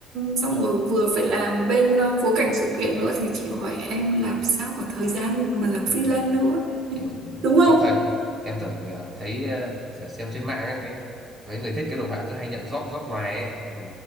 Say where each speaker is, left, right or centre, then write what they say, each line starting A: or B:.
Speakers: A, on the right; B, on the right.
A: xong rồi vừa phải làm bên ờ, phối cảnh sự kiện nữa thì chị hỏi em làm sao có thời gian mà làm freelance
B: Ừ.
A: nữa <laughs>
B: kiểu
A: đúng không
B: có thời em tưởng ờ, thấy ờ, kiểu xem trên mạng ấy thấy mấy người thiết kế đồ họa cứ hay nhận job job ngoài ấy ừ.